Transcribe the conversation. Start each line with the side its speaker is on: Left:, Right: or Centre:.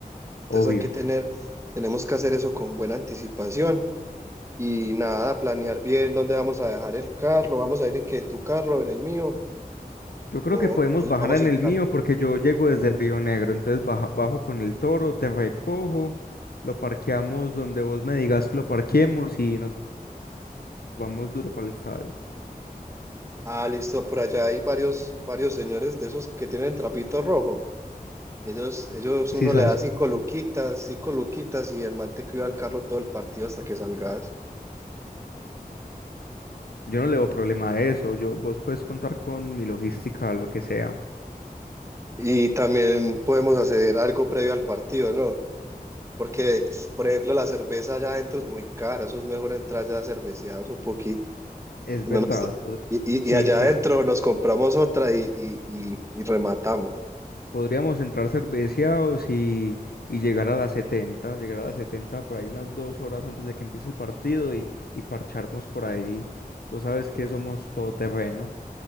Right: Entonces
Left: obvio.
Right: hay que tener, tenemos que hacer eso con buena anticipación y nada, planear bien dónde vamos a dejar el carro, vamos a ir en, qué, en tu carro, en el mío,
Left: Yo creo
Right: o,
Left: que podemos
Right: o nos
Left: bajar
Right: vamos
Left: en
Right: sin
Left: el
Right: carro.
Left: mío porque yo llego desde Río Negro. Entonces baja- bajo con el toro, te recojo, lo parqueamos donde vos me digas que lo parqueemos y nos vamos duro para el estadio.
Right: Ah, listo, por allá hay varios, varios señores de esos que tienen trapito rojo. Ellos, ellos
Left: Sí,
Right: uno
Left: sabes.
Right: le da cinco luquitas, cinco luquitas y el man te cuida el carro todo el partido hasta que salgas.
Left: Yo no le veo problema a eso. Yo, vos puedes contar con mi logística, lo que sea.
Right: Y también podemos hacer algo previo al partido, ¿no? Porque, por ejemplo, la cerveza allá adentro es muy cara, eso es mejor entrar ya cerveceados un poquito.
Left: Es
Right: que
Left: verdad.
Right: no nos-
Left: vos-
Right: y,
Left: Sí,
Right: y- y allá
Left: sí,
Right: adentro
Left: sí, sí.
Right: nos compramos otra y, y, y- y rematamos.
Left: Podríamos entrar cerveceados y, y llegar a las 70, llegar a las 70 por ahí unas dos horas antes de que empiece el partido y, y parcharnos por ahí. Vos sabes que somos todoterreno.